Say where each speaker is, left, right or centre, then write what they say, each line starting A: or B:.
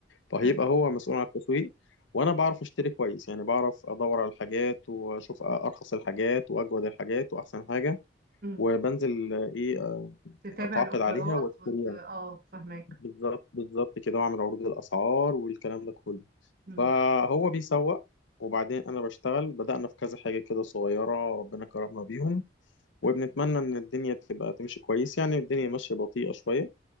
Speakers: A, on the left; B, on the right.
A: فهيبقى
B: حلو
A: هو مسؤول عن التسويق وأنا بعرف أشتري كويس يعني بعرف أدور على الحاجات وأشوف أرخص الحاجات وأجود الحاجات وأحسن حاجة
B: أمم.
A: وبنزل آه، إيه آه،
B: تتابع
A: أتعاقد
B: الأوفرات
A: عليها وأشتريها
B: وت... أه فاهمك
A: بالظبط بالظبط كده وأعمل عروض الأسعار والكلام ده كله
B: أمم.
A: فهو بيسوق وبعدين انا بشتغل بدأنا في كذا حاجة كده صغيرة ربنا كرمنا بيهم وبنتمنى ان الدنيا تبقى تمشي كويس يعني الدنيا ماشية بطيئة شوية